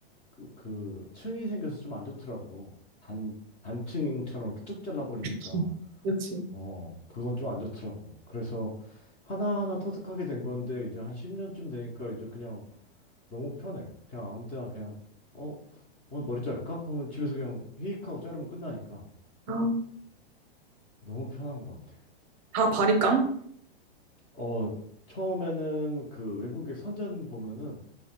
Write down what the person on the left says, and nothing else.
그, 그 층이 생겨서 좀 안 좋더라고. 단, 단층처럼 이렇게 쭉 잘라버리니까.
어, 그건 좀 안 좋더라고. 그래서 하나하나 터득하게 된 건데, 이제 한 10년쯤 되니까 이제 그냥 너무 편해. 그냥 아무 때나 그냥, 어, 오늘 머리 자를까? 그러면 집에서 그냥 히익 하고 자르면 끝나니까
너무 편한 것 같아.
어, 처음에는 그 외국의 선전 보면은